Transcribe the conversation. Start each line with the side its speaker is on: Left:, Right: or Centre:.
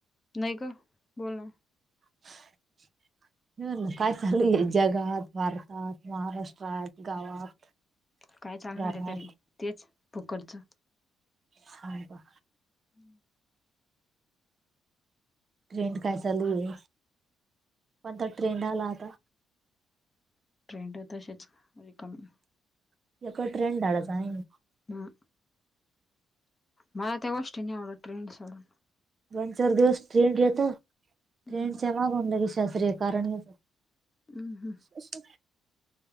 Left: नाही गं बोल ना.
Right: <inaudible> मी म्हणलं काय चालू आहे जगात, भारतात, महाराष्ट्रात, गावात?
Left: काय चालणार
Right: घरात
Left: आहे तरी, तेच फुकटच.
Right: सायबा
Left: हम्म
Right: ट्रेंड काय चालू आहे? कोणता तर ट्रेंड आला आता?
Left: ट्रेंड तसेच रिकमी.
Right: <unintelligible>
Left: हा. मला त्या गोष्टी नाही आवडत ट्रेंड सोडून.
Right: दोन- चार दिवस ट्रेंड येतो,
Left: हम्म
Right: ट्रेंडच्या मागं होऊन ला के शास्त्रीय कारण येत
Left: हम्म हम्म
Right: असु